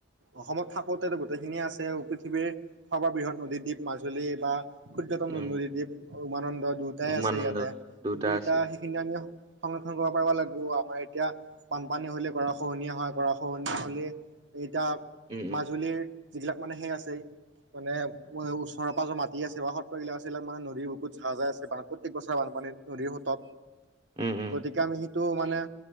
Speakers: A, on the right (about 70°); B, on the right (about 30°).
A: অসমত থাকোতেটো গোটেইখিনিয়ে আছে আৰু পৃথিৱীৰ সৰ্ববৃহৎ নদীদ্বীপ মাজুলী বা ক্ষুদ্যতম
B: উম
A: নদীদ্বীপ উমানন্দ দ্বীপ এটাই
B: উমানন্দ
A: আছে ইয়াতে
B: দুটা
A: কিন্তু এতিয়া
B: আছে
A: সেইখিনি আমি সংৰক্ষণ কৰিব পাৰিব লাগিব আমাৰ এতিয়া বানপানী হ'লে গৰাখহনীয়া হয় গৰাখহনীয়া হ'লে এতিয়া
B: উম উম
A: মাজুলীৰ যিবিলাক মানে সেই আছে মানে ও ওচৰে পাজৰে মাটি আছে বা সত্ৰবিলাক আছে এইবিলাক মানে নদীৰ বুকুত যাহ যায় আছে প্ৰত্যেক বছৰে বানপানীত নদীৰ সোঁতত
B: উম উম
A: গতিকে, আমি সেইটো মানে